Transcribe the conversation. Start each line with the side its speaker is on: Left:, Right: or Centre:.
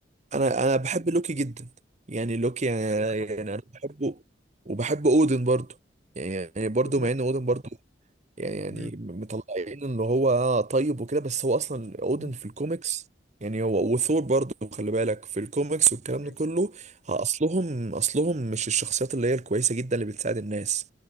Right: انا
Left: مم.
Right: انا بحب لوكي جدا يعني لوكي يعني,
Left: يعني ممكن تحفه
Right: يعني انا بحبه وبحب اودن برضو يعني يعني برضو
Left: ممكن
Right: مع
Left: تحفه
Right: ان اودن برضو يعني يعني
Left: مم.
Right: مطلعين ان هو طيب وكده بس هو اصلا اودن
Left: مم.
Right: في الكوميكس يعني هو وثور برضه خلي بالك في الكوميكس والكلام
Left: مم.
Right: ده كله ها، اصلهم اصلهم مش الشخصيات اللي هي الكويسه جدا اللي بتساعد الناس